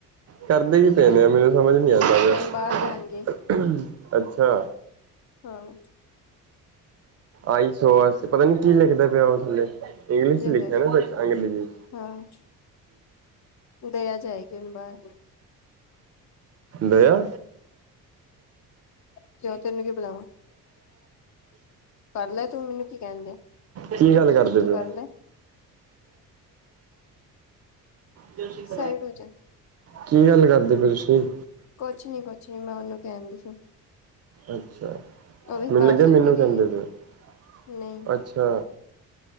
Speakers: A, on the right; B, on the left.
A: ਕਰਦੇ ਕੀ ਪਏ ਨੇ। ਮੈਨੂੰ ਸਮਝ ਨੀ ਆਉਂਦਾ ਪਿਆ।
B: ਹੁਣ ਬਾਹਰ ਜਾਣਗੇ
A: ਅੱਛਾ!
B: ਹਾਂ।
A: ਆਈ ਸੋ ਪਤਾ ਨੀ ਕੀ ਲਿਖਦਾ ਪਿਆ। ਉਹ ਥੱਲੇ ਇੰਗਲਿਸ਼
B: ਜਿੰਦਰ
A: ਚ ਲਿਖਿਆ ਨਾ ਬ ਅੰਗਰੇਜ਼ੀ
B: ਹਾਂ। ਦਿਆ ਜਾਏਗੀ ਉਹਬਾਹਰ
A: ਦਿਆ।
B: ਕਿਉਂ ਤੈਨੂੰ ਕੀ ਬੁਲਾਵਾਂ ਕਰ ਲੈ ਤੂੰ ਮੈਨੂੰ ਕੀ ਕਹਿੰਦੇ
A: ਕੀ ਗੱਲ ਕਰਦੇ
B: ਤੂੰ
A: ਪਏ
B: ਕਰ
A: ੳ?
B: ਲੈ
A: ਦਸ਼ <unintelligible>
B: ਸਾਈਡ ਹੋ ਜਾ
A: ਕੀ ਗੱਲ ਕਰਦੇ ਪਏ ਤੁਸੀਂ?
B: ਕੁਛ ਨੀ ਕੁਛ ਨੀ। ਮੈਂ ਉਹਨੂੰ ਕਹਿਣਦੀ ਸੀ।
A: ਅੱਛਾ।
B: ਉਹ ਵੀ
A: ਮੈਨੂੰ
B: ਕਾਰ
A: ਲੱਗਿਆ
B: ਚੱਲ
A: ਮੈਨੂੰ
B: ਵੀ
A: ਕਹਿੰਦੇ
B: ਗਈ ਹੈ
A: ਪਏ ਓ।
B: ਨਹੀਂ
A: ਅੱਛਾ